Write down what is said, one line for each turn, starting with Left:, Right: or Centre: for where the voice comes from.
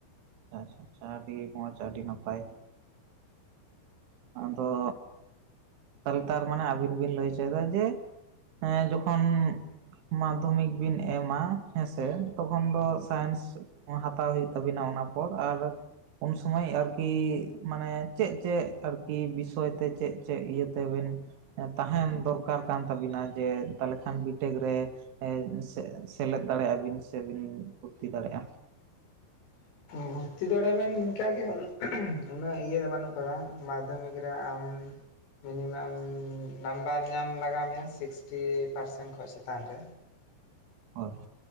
Right: ᱟᱪᱪᱷᱟ ᱟᱪᱪᱷᱟ ᱟᱹᱰᱤ ᱢᱚᱡᱽ ᱟᱹᱰᱤ ᱱᱟᱯᱟᱭ᱾ ᱟᱫᱚ ᱛᱚ ᱛᱟᱨ ᱢᱟᱱᱮ ᱟᱹᱵᱤᱱ ᱵᱤᱱ ᱞᱟᱹᱭ ᱦᱚᱪᱚᱭᱫᱟ ᱡᱮ ᱦᱮᱸ ᱡᱚᱠᱷᱚᱱ ᱢᱟᱫᱽᱫᱷᱚᱢᱤᱠ ᱵᱤᱱ ᱮᱢᱟ ᱦᱮᱸᱥᱮ ᱛᱚᱠᱷᱚᱱ ᱫᱚ ᱥᱟᱭᱮᱱᱥ ᱦᱟᱛᱟᱣ ᱦᱩᱭᱩᱜ ᱛᱟᱵᱤᱱᱟ ᱚᱱᱟ ᱯᱚᱨ ᱟᱨ ᱩᱱ ᱥᱩᱢᱟᱹᱭ ᱟᱨᱠᱤ ᱢᱟᱱᱮ ᱪᱮᱫ ᱪᱮᱫ ᱟᱨᱠᱤ ᱵᱤᱥᱚᱭ ᱛᱮ ᱪᱮᱫ ᱪᱮᱫ ᱤᱭᱟᱹ ᱛᱟᱵᱮᱱ, ᱛᱟᱦᱮᱱ ᱫᱚᱨᱠᱟᱨ ᱠᱟᱱ ᱛᱟᱵᱤᱱᱟ ᱡᱮ ᱛᱟᱦᱚᱞᱮ ᱠᱷᱟᱱ ᱵᱤᱴᱮᱠ ᱨᱮ ᱮ ᱥᱮ ᱥᱮᱞᱮᱫ ᱫᱟᱲᱮᱜ ᱟᱵᱤᱱ ᱥᱮᱵᱤᱱ ᱵᱷᱩᱛᱛᱤ ᱫᱟᱲᱮᱜ-ᱟ,
Left: ᱵᱷᱩᱨᱛᱤ ᱫᱟᱲᱮᱭᱟᱢ ᱱᱤᱝᱠᱟᱜᱮ ᱩᱱᱟᱹᱜ ᱤᱭᱟᱹ ᱫᱚ ᱵᱟᱹᱱᱩᱜ ᱠᱟᱫᱟ ᱢᱟᱫᱽᱫᱷᱚᱢᱤᱠ ᱨᱮ ᱟᱢ ᱢᱤᱱᱤᱢᱟᱢ ᱱᱟᱢᱵᱟᱨ ᱧᱟᱢ ᱞᱟᱜᱟᱣ ᱢᱮᱭᱟ ᱥᱤᱠᱥᱴᱤ ᱯᱟᱨᱥᱮᱱ ᱠᱷᱚᱱ ᱪᱮᱛᱟᱱ ᱨᱮ,
Right: ᱚᱭ